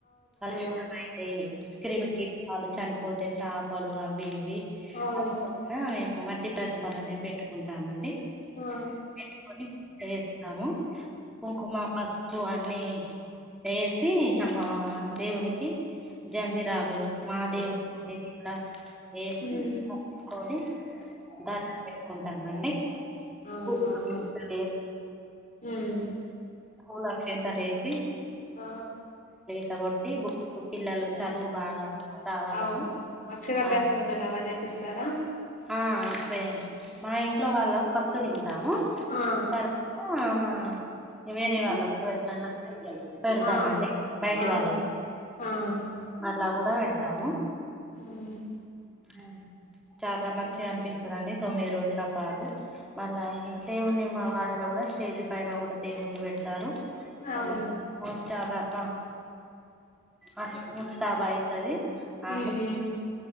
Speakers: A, in the centre; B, on the left (about 40°).
A: కలుషితం
B: అవునవును
A: అయితయ్ క్రిమి కీటకాలు చనిపోతయ్ చాపలు అవి ఇవి
B: అవును
A: అట్ల కూడ
B: అవును
A: మేము మట్టి ప్రతిమలనే పెట్టుకుంటామండి
B: ఆ
A: పెట్టుకొని పూజ చేస్తాము కుంకుమ పసుపు అని అన్నీ ఏసి అమ్మ దేవునికి జంజిరాలు మా దేవుని అన్నీ గూడా ఏసి
B: ఉమ్
A: మొక్కుకొని దండం పెట్టుకుంటామండి
B: అవునవునా
A: పూలక్షింతలు
B: ఊమ్
A: పూల్ అక్షింతలు ఏసి
B: ఆ
A: ఇట్ల గొట్టి బుక్స్కు పిల్లలు చదువు బాగా రావాలని
B: ఆ అక్షరాభ్యాసం
A: ఆ
B: అని అలా జేపిస్తారా
A: ఆ పే మా ఇంట్లో వాళ్ళం ఫస్ట్ తింటాము
B: ఆ
A: తర్వాత మా ఆ ఇగ వేరే వాళ్ళకు పెడతన్నా పెడతామండి
B: ఆ
A: బయటి
B: ఆ
A: వాళ్ళకు
B: ఆ ఆ
A: అలవ్ గూడా పెడతాము
B: అవును
A: ఊ చాలా మంచిగా అనిపిస్తదండి తొమ్మిది రోజుల పాటు మళ్ళా దేవుని మా వాడలో గూడా స్టేజీ పైన గూడా దేవుణి పెడతారు
B: అవును
A: ఆ మో చాలా బా అ ముస్తాబ్ అయితది ఆ
B: ఊ ఊ